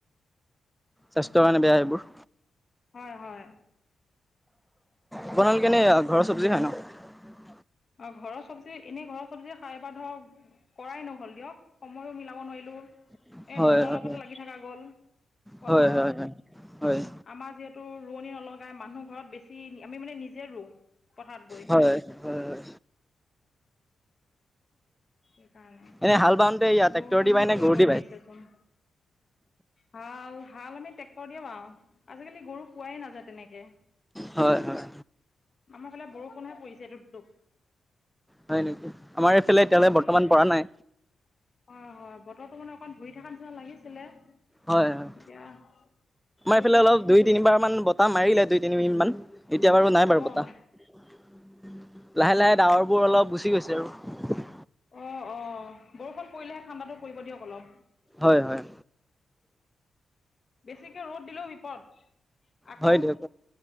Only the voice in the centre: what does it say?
চেষ্ট কাৰণে, বেয়া এইবোৰ।
আপোনালোকে এনে, ঘৰৰ চবজি খাই ন'?।
<inaudible>
হয়
হয় হয় হয় হয় হয়
হয়-হয়-হয়।
এনে হাল বাওঁতে ইয়া ট্ৰেক্টৰ
দি বায় নে
গৰু দি
বায়?
হয় হয়
হয় নেকি? আমাৰ এইফালে
এতিয়ালৈ বৰ্তমান
পৰা নাই
হয় হয়
এইফালে অলপ
দুই
তিনিবাৰ মান বতাহ মাৰিলে দুই তিনি মিনিট মান এতিয়া বাৰু নাই বাৰু
বতাহ লাহে লাহে ডাৱৰবোৰ অলপ গুচি গৈছে আৰু
হয় হয়
হয় দিয়ক